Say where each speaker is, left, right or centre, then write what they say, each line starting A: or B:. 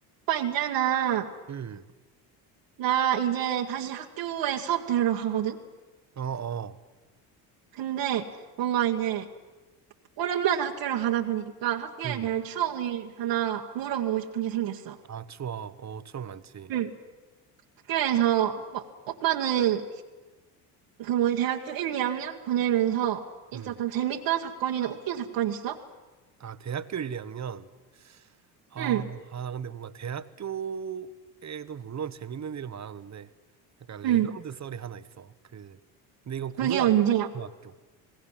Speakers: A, on the right (about 65°); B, on the right (about 35°).
A: 오빠 있잖아.
B: 음,
A: 나 이제 다시 학교에 수업 들으러 가거든?
B: 어, 어,
A: 근데 뭔가 이제 오랜만에 학교를 가다 보니까 학교에
B: 음,
A: 대한 추억이 하나 물어보고 싶은 게 생겼어.
B: 아, 추억, 어, 추억 많지.
A: 응. 학교에서 뭐, 오빠는 그 뭐지 대학교 1, 2학년 보내면서 있었던
B: 음,
A: 재밌던 사건이나 웃긴 사건 있어?
B: 아, 대학교 1, 2학년. 아,
A: 응.
B: 아, 나 근데 뭔가 대학교에도 물론 재밌는 일은 많았는데, 약간
A: 응.
B: 레전드 썰이 하나 있어. 그, 근데 이건 고등학교,
A: 그게 언제야?
B: 고등학교,